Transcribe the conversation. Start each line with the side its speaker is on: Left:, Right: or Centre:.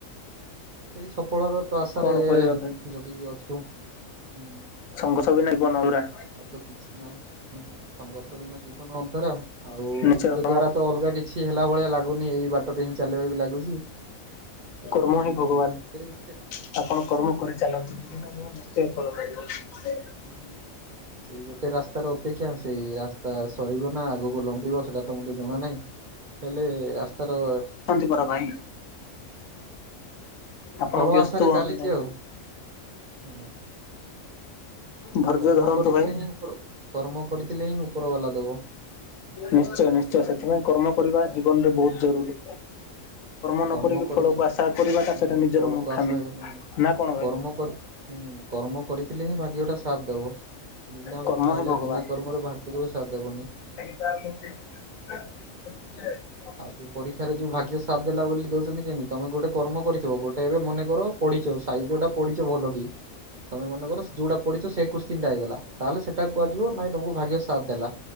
Right: ସେଇ ସଫଳର ତ ଆଶାରେ-ଏ
Left: କଣ କରିବା ଭାଇ
Right: ଜଗିକି ଅଛୁଁ। ଉଁ।
Left: ସଂଘର୍ଷ ବିନା ଇବନ ଅଲ୍ଗା।
Right: ଆଉ ତ କିିଛି ନାହିଁ। ହୁଁ, ସଂଘର୍ଷ ବିନା ଜୀବନ ଅଧୁରା। ଆଉ
Left: ନିଶ୍ଚୟ
Right: ନିଜ
Left: କର୍ମ
Right: ଦ୍ଵାରା ତ ଅଲଗା କିଛି ହେଲା ଭଳିଆ ଲାଗ୍ ଲାଗୁନି ଏଇ ବାଟ ଦେଇ ହିଁ, ଚାଲିବାକୁ ଲାଗୁଛି। ସେଥିପାଇଁ
Left: କର୍ମ ହିଁ ଭଗବାନ
Right: ସେ ଗୁଟେ
Left: ଆପଣ କର୍ମ କରି ଚାଲନ୍ତୁ। ଦିନେ ନା ଦିନେ ନିଶ୍ଚୟ ଫଳ ପାଇବେ।
Right: ହୁଁ। ସେଇ ଗୋଟେ ରାସ୍ତାର ଅପେକ୍ଷା। ସେଇ ରାସ୍ତା ସରିବ ନା ଆଗକୁ ଲମ୍ବିବ, ସେଇଟା ତ ମତେ ଜଣା ନାହିଁ? ହେଲେ ରାସ୍ତାର-ଅ
Left: ମର ଭାଇ ଆପଣ
Right: ଫଳ
Left: ବ୍ୟସ୍ତ
Right: ଆଶାରେ
Left: ହୁଅନ୍ତୁ
Right: ଚାଲିଛି
Left: ନାହିଁ।
Right: ଆଉ ହୁଁ।
Left: ଧୈର୍ଯ୍ୟ
Right: କର୍ମ
Left: ଧରନ୍ତୁ
Right: କରିଥିଲେ
Left: ଭାଇ
Right: ହିଁ, ଉପର୍ କର୍ମ କରିଥିଲେ ହିଁ, ଉପର ବାଲା ଦବ।
Left: ନିଶ୍ଚୟ, ନିଶ୍ଚୟ, ସେଥିପାଇଁ କର୍ମ କରିବା ଜୀବନରେ ବହୁତ ଜରୁରୀ। ନ
Right: କର୍ମ କରିକି
Left: ଫଳକୁ
Right: ହୁଁ,
Left: ଆଶା କରିବାଟା ସେଟା ନିଜର
Right: ଫଳକୁ
Left: ମୂର୍ଖାମି।
Right: ଆଶାକଲିମୁନି।
Left: ନା କଣ ଭାଇ
Right: କର୍ମ କରି ହୁଁ, କର୍ମ କରିଥିଲେ ହିଁ, ଭାଗ୍ୟଟା ସାଥ ଦେବ। ବିନା
Left: କର୍ମ
Right: ଭା ନଲେ
Left: ହିଁ ଭଗବାନ
Right: ବିନା କର୍ମରେ, ଭାଗ୍ୟ କେବେ ସାଥ୍ ଦେବନି।
Left: <inaudible>
Right: ଆଉ ଯୋଉ ପରୀକ୍ଷାରେ ଯୋଉ ଭାଗ୍ୟ ସାଥ୍ ଦେଲା ବୋଲି ଦଉଛନ୍ତି କେମିତି? ତମେ ଗୋଟେ କର୍ମ କରିଥିବ, ଗୋଟେ ଏବେ ମନେ କର ପଢିଛ। ସାହିତ୍ୟ ଟା ପଢିଛ ଭଲ କି, ତମେ ମନେ କର ଯୋଉଟା ପଢିଛ ସେଇ କୁଶ୍ ଚିଣ୍ଟା ହେଇଗଲା। ତାହେଲେ ସେଟା କୁହାଯିବ ନାଇଁ ତମକୁ ଭାଗ୍ୟ ସାଥ୍ ଦେଲା।